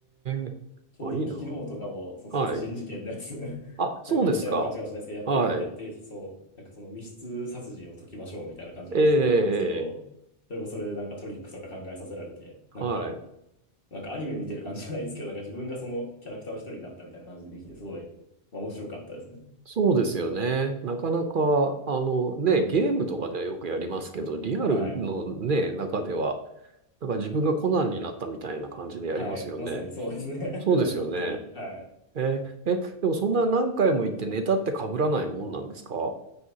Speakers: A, on the right (about 55°); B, on the left (about 55°).
A: えあ、
B: ちょうど昨日とかもその殺人事件のやつ
A: いいな。はい。
B: <laughs>
A: あ、そうですか。
B: なんか似たような感じかもしれないですけど、やってみ、
A: はい。
B: やってそう、なんかその密室殺人を解きましょうみたいな感じの謎解きだったんですけど、
A: ええ
B: それもそれでなんかトリックとか考えさせられて、
A: はい。
B: なんか、なんかアニメ見てる感じじゃないですけど、なんか自分がそのキャラクターの一人になったみたいな感じでできて、すごい、まあ面白かったですね。
A: そうですよね。なかなか、あのね、ゲームとかではよくやりますけど、リアルのね、
B: はい。
A: 中では、なんか自分がコナンになったみたいな感じでやりますよね。
B: はい。まさにそうですね。
A: そうですよね。
B: <laughs> 本当に。はい。
A: えええ、でもそんな何回も行ってネタって被らないもんなんですか